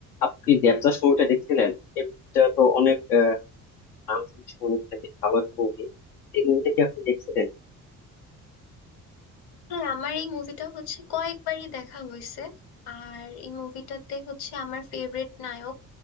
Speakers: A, on the left; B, on the left.
A: আপনি দেবদাস মুভিটা দেখছিলেন এই মুভিটা তো অনেক আহ, নাম শুনছি অনেক নাকি ভালো একটা মুভি এই মুভিটা কি আপনি দেখছিলেন
B: হ্যাঁ আমার এই মুভিটা হচ্ছে কয়েকবারই দেখা হয়েছে আর এই মুভিটাতে হচ্ছে আমার ফেভারিট নায়ক